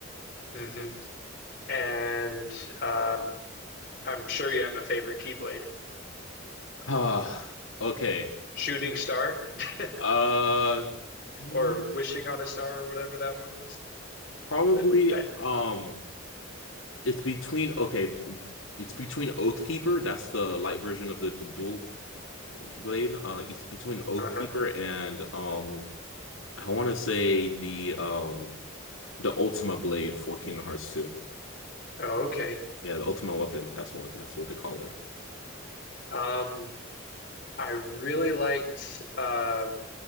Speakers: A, on the left; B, on the left.
A: hmm And um I'm sure you have a favorite Keyblade.
B: <sighs> Ah, okay.
A: Shooting Star <laughs>
B: Uh, mm,
A: or Wishing on a Star or whatever that one was.
B: probably
A: But I,
B: um it's between okay, it's between Oathkeeper, that's the light version of the dual blade. Uh it's between Oathkeeper
A: uh-huh.
B: and um I want to say the um the Ultima blade for Kingdom Hearts 2.
A: Oh, okay.
B: Yeah, the Ultima weapon. That's what that's what they call it.
A: Um, I really liked uh